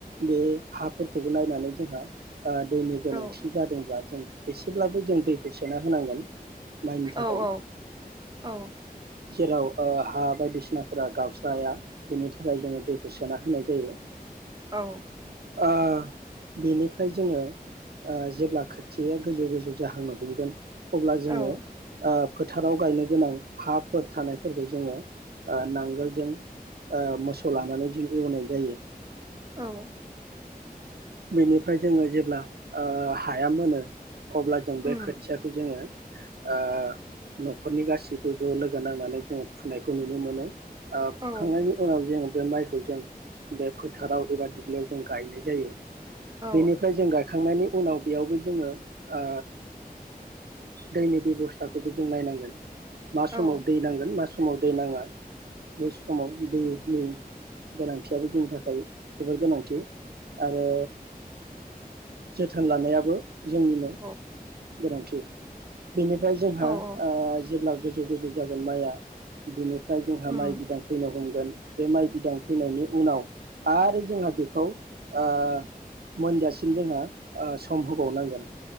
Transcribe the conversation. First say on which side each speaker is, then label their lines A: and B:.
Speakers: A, on the right (about 80°); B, on the right (about 25°).
A: बे हाफोरखौ नायनानै जोंहा ओ दैनि गोनांथि
B: औ
A: जादोंब्ला जों एसेब्लाबो जों दैखौ सोना होनांगोन माइनि
B: औ
A: थाखाय
B: औ औ
A: जेराव ओ हा बायदिसिनाफोरा गावसा बाया बिनि थाखाय जोङो दैखौ खौ सोना होनाय जायो।
B: औ
A: ओ बेनिफ्राय जोङो ओ जेब्ला खोथिया गोजौ गोजौ जाहांनो हमगोन अब्ला जोङो
B: औ
A: ओ फोथाराव गायनो गोनां हाफोर थानायफोरखौ जोङो ओ नांगोलजों ओ मोसौ लानानै जों एवनाय जायो।
B: औ
A: बेनिफ्राय जोङो जेब्ला ओ हाया मोनो अब्ला जों
B: उम
A: बे खोथियाखौ जोङो ओ न'खरनि गासैबो ज' लोगो नांनानै जों फुनायखौ नुनो मोनो ओ
B: औ
A: फुखांनायनि उनाव जों बे माइखौ जों बे फोथाराव एबा दुब्लियाव जों गायनाय जायो।
B: औ
A: बेनिफ्राय जों गायखांनायनि उनाव बेयावबो जोङो ओ दैनि बेब'स्थाखौबो जों नायनांगोन। मा
B: औ
A: समाव दै नांगोन मा समाव समाव दै नाङा बे समाव दैनि गोनांथियाबो जोंनि थाखाय जोबोर गोनांथि। आरो जोथोन लानायाबो जोंनिनो
B: औ
A: गोनांथि बेनिफ्राय जोंहा
B: औ औ
A: ओ जेब्ला गोजौ गोजौ जागोन माइया बेनिफ्राय ओमफ्राय जोंहा
B: उम
A: माइ बिदां फैनो हमगो बे माइ बिदां फैनायनि उनाव आरो जोंहा बेखौ ओ मोनजासे सिम जोंहा ओ सम होबावनांगोन।